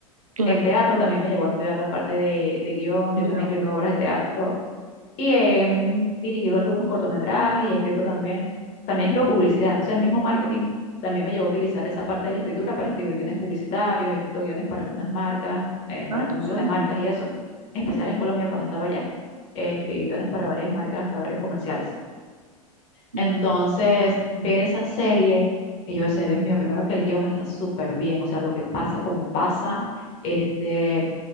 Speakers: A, on the right; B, on the left.
A: claro.
B: el teatro, también me llevó a estudiar la parte de, de guión. Yo
A: Dios
B: también he escrito
A: mío.
B: obras de teatro y todo. Y he mm, dirigido algunos cortometrajes y he escrito también. También escribo publicidad. Entonces, el mismo marketing también me llevó a utilizar esa parte de la escritura para escribir guiones publicitarios. He escrito guiones para algunas marcas, eh, para
A: Ah,
B: anuncios
A: qué bueno.
B: de marcas y eso. En especial en Colombia, cuando estaba allá, eh, escribí guiones para varias marcas, para varios comerciales.
A: No,
B: Entonces, ver esa serie, y yo decía, Dios mío, primero que el guión está súper bien. O sea, lo que pasa, como pasa, este